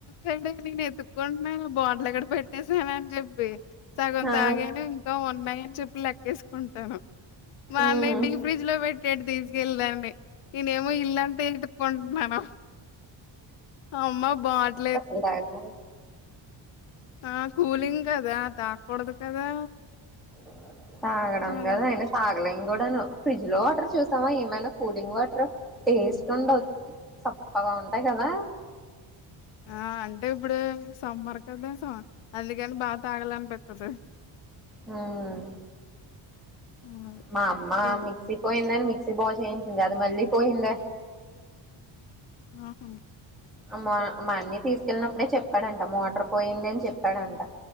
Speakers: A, on the left; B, in the centre.
A: <unintelligible> నేను ఎతుక్కుంటున్నాను బాటల్ ఎక్కడ పెట్టేసానా అని చెప్పి సగం
B: ఆ
A: తాగాను ఇంకా ఉన్నాయ అని చెప్పి లెక్కేసు ఉంటనా మా
B: ఉమ్
A: అన్నయ్య డి ఫ్రిడ్జ్ లో పెట్టాడు తీసుకెళ్లి దాన్ని నేనేమో ఇల్లు అంత ఎత్తుకుంటానను అమ్మా బాట్
B: ఉంటాయేమో
A: ఆ కూలింగ్ కదా తాకూడదు కదా
B: <unintelligible>
A: అది.
B: అయినా తాగలేం క ను ఫ్రిడ్జ్ లో వాటర్ చూసావా ఏమైనా కూలింగ్ వాటర్ టేస్ట్ ఉండవు సప్పగా ఉంటాయి కదా
A: ఆ అంటే ఇప్పుడు సమ్మర్ కదా స అందుకని బా తాగాలనిపిస్తది
B: ఉమ్
A: ఆ!
B: మా అమ్మా
A: ఇ
B: మిక్సీ పోయిందని మిక్ క్స్ బో చేయించింది అది మళ్లీ పోయిందే
A: ఆహా
B: మా మా అన్నయ్య తీసుకెళ్ళినప్పుడే చెప్పాడంట మోటార్ పోయింది అని చెప్పాడంట